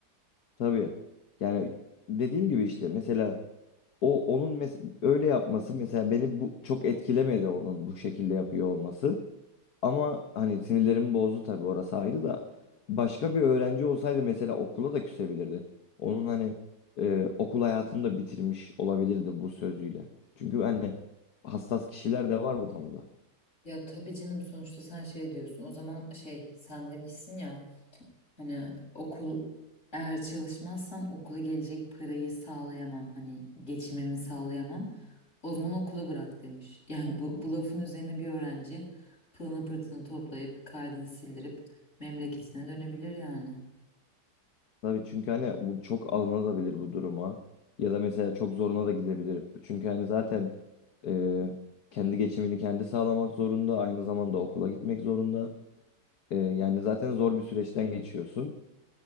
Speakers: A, on the left; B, on the left.
A: Tabii. Yani dediğim gibi işte mesela o onun mes- öyle yapması mesela beni bu çok etkilemedi onun bu şekilde yapıyor olması. Ama hani sinirlerimi bozdu tabii orası ayrı da başka bir öğrenci olsaydı mesela okula da küsebilirdi. Onun hani e, okul hayatını da bitirmiş olabilirdi bu sözüyle. Çünkü hani hassas kişiler de var bu konuda.
B: Ya tabii canım sonuçta sen şey diyorsun. O zaman şey sen demişsin ya. Hani okul eğer çalışmazsam okula gelecek parayı sağlayamam. Hani geçimimi sağlayamam. O zaman okulu bırak demiş. <laughs> Yani bu, bu lafın üzerine bir öğrenci pılını pırtını toplayıp kaydını sildirip memleketine dönebilir yani.
A: Tabii çünkü hani bu çok alınabilir bu duruma. Ya da mesela çok zoruna da gidebilir. Çünkü hani zaten e, kendi geçimini kendi sağlamak zorunda. Aynı zamanda okula gitmek zorunda. E, yani zaten zor bir süreçten geçiyorsun.